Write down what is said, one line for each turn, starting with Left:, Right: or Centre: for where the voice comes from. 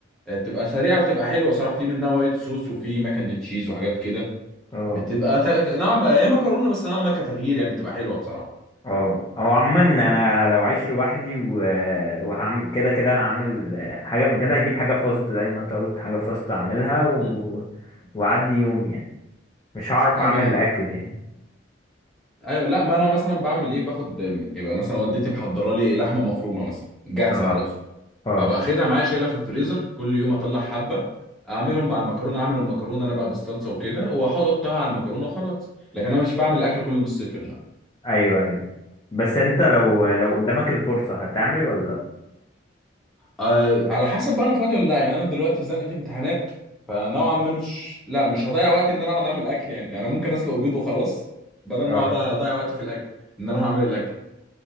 Centre: آه، بتبقى سريعة وبتبقى حلوة صراحة في منها وايت صوص وفي ماكن تشيز وحاجات كده
Left: اه
Centre: بتبقى تا- نوعا ما هي مكرونة بس نوعا ما كتغيير يعني بتبقى حلوة بصراحة
Left: اه هو عموما انا لو عايش لوحدي و... وهعمل كده كده هعمل حاجة من كده هجيب حاجة فاست زي ما انت قلت حاجة فاست اعملها و...
Centre: مم.
Left: وعدي يوم يعني مش هعرف
Centre: اه
Left: اعمل
Centre: ما
Left: اكل يعني
Centre: ايوه لا ما انا مثلا بعمل ايه باخد يبقى مثلا والدتي محضره لي لحمه مفرومه مثلا جاهزه
Left: اه
Centre: خلاص
Left: اه
Centre: ببقى واخدها معايا شايلها في الفريزر كل يوم اطلع حبه اعملهم مع المكرونه اعمل المكرونه انا بقى بالصلصه وكده واحطها على المكرونه وخلاص لكن انا مش بعمل الاكل كله من الصفر لا
Left: ايوه ايوه بس انت لو لو قدامك الفرصة هتعمل ولا لا
Centre: أه على حسب بقى انا فاضي ولا لا يعني انا دلوقتي في زنقه امتحانات فنوعا ما مش لا مش هضيع وقت ان انا اقعد اعمل اكل يعني يعني انا ممكن اسلق بيض وخلاص بدل ما
Left: اه
Centre: اقعد اضيع وقتي في الاكل ان انا هعمل الاكل